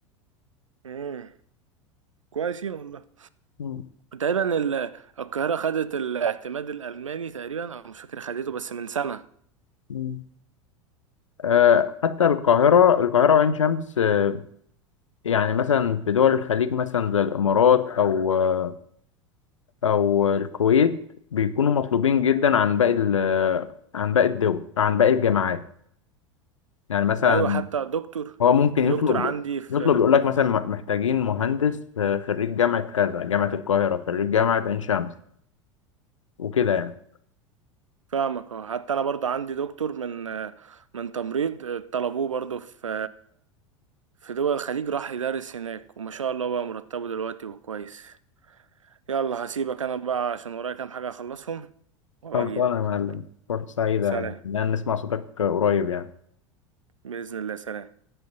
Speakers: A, on the right (about 80°); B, on the left (about 75°).
A: مم. كويسين والله
B: مم.
A: تقريبا ال- القاهرة خدت الاعتماد الألماني تقريبا أنا مش فاكر خدته بس من سنة
B: مم. آه، حتى القاهرة القاهرة وعين شمس آه، يعني مثلا في دول الخليج مثلا زي الإمارات أو آه، أو الكويت بيكونوا مطلوبين جدا عن باقي ال- عن باقي الدول عن باقي الجامعات يعني مثلا
A: أيوة حتى دكتور
B: هو ممكن
A: دكتور
B: يطلب
A: عندي في
B: يطلب يقول لك مثلا محتاجين مهندس آه، خريج جامعة كذا جامعة القاهرة خريج جامعة عين شمس وكده يعني
A: فاهمك اه حتى أنا برضه عندي دكتور من من تمريض طلبوه برضه في في دول الخليج راح يدرس هناك وما شاء الله بقى مرتبه دلوقتي وكويس يلا هسيبك أنا بقى عشان ورايا كام حاجة أخلصهم وأبقى
B: خلصانة
A: أجيلك
B: يا معلم فرصة سعيدة
A: سلام
B: يعني إن أنا نسمع صوتك قريب يعني
A: بإذن الله سلام